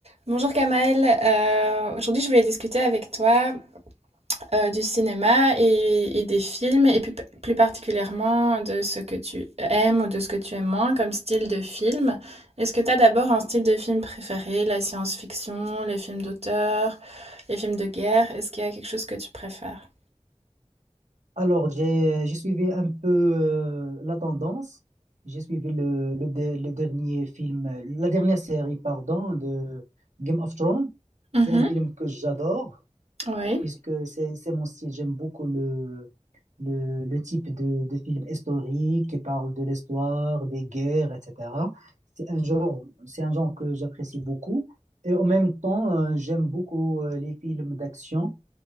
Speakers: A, on the right; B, on the right.
A: Bonjour Kamaël, Euh, aujourd'hui je voulais discuter avec toi euh, du cinéma et, et des films et plus, plus particulièrement de ce que tu aimes ou de ce que tu aimes moins comme style de film. Est-ce que tu as d'abord un style de film préféré, la science-fiction, les films d'auteur, les films de guerre? Est-ce qu'il y a quelque chose que tu préfères?
B: Alors, j'ai, j'ai suivi un peu euh, la tendance. J'ai suivi le, le, de- le dernier film, euh, la dernière série, pardon, de Game of Thrones.
A: Mhm.
B: C'est un film que j'adore,
A: Oui,
B: puisque c'est, c'est mon style. J'aime beaucoup le, le, le type de, de film historique qui parle de l'histoire, des guerres, etc. C'est un genre, c'est un genre que j'apprécie beaucoup. Et en même temps, euh, j'aime beaucoup euh, les films d'action.